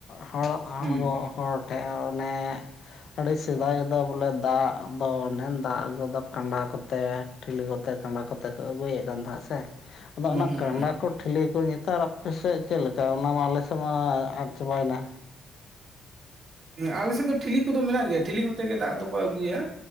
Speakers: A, on the left; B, on the right.
A: ᱦᱚᱲ
B: ᱦᱩᱸ
A: ᱟᱵᱚ ᱦᱚᱲ ᱴᱷᱮᱡ ᱚᱱᱮ ᱟᱹᱰᱤ ᱥᱮᱫᱟᱭ ᱫᱚ ᱵᱚᱞᱮ ᱫᱟᱜ ᱫᱚ ᱚᱱᱮ ᱫᱟᱜ ᱟᱜᱩ ᱫᱚ ᱠᱟᱸᱰᱟ ᱠᱚᱛᱮ ᱴᱷᱤᱞᱤ ᱠᱚᱛᱮ, ᱠᱟᱸᱰᱟ ᱠᱚᱛᱮ ᱠᱚ ᱟᱹᱜᱩᱭᱮᱫ ᱠᱟᱱ ᱛᱟᱦᱮᱸᱫ ᱥᱮ, ᱟᱫᱚ
B: ᱦᱩᱸ
A: ᱚᱱᱟ
B: ᱦᱩᱸ
A: ᱠᱟᱸᱰᱟ ᱠᱚ, ᱴᱷᱤᱞᱤ ᱠᱚ ᱱᱮᱛᱟᱨ ᱟᱯᱮ ᱥᱮᱫ ᱪᱮᱫ ᱞᱮᱠᱟ ᱚᱱᱟ ᱢᱟ ᱟᱞᱮ ᱥᱮᱫ ᱢᱟ ᱟᱫ ᱪᱟᱵᱟᱭᱮᱱᱟ᱾
B: ᱟᱞᱮ ᱥᱮᱫ ᱫᱚ ᱴᱷᱤᱞᱤ ᱠᱚᱫᱚ ᱢᱮᱱᱟᱜ ᱜᱮᱭᱟ, ᱴᱷᱤᱞᱤ ᱠᱚᱛᱮ ᱜᱮ ᱫᱟᱜ ᱫᱚᱠᱚ ᱟᱹᱜᱩᱭᱟ᱾